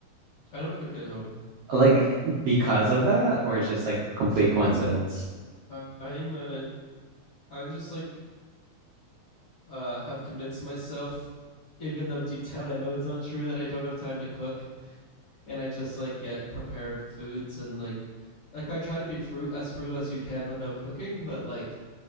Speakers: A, on the left; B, on the right.
A: I don't cook at home.
B: Like because of that, or it's just like complete coincidence?
A: I- I'm a, I'm just like uh, have convinced myself, even though deep <laughs> down I know it's not true, that I don't have time to cook, and I just like get prepared foods and like, like I try to be fruit as frugal as you can without cooking, but like,